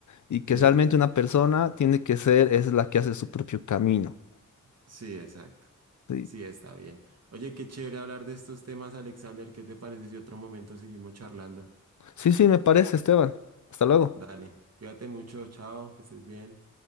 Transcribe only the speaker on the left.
y que
realmente una persona tiene que ser, es la que hace su propio camino.
Sí,
sí, sí, me parece, Esteban. Hasta luego.